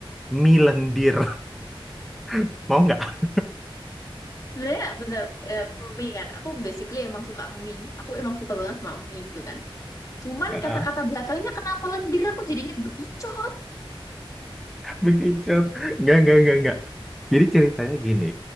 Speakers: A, in the centre; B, on the left (about 35°).
A: mie lendir, <laughs> mau nggak?
B: Sebenarnya bener eh, mie kan, aku basically emang suka mie. Aku emang suka banget sama mie gitu kan. Cuman
A: Heeh.
B: kata-kata belakangnya kenapa lendir aku jadinya berkicau.
A: Bekicot. Nggak, nggak, nggak, nggak. Jadi ceritanya gini.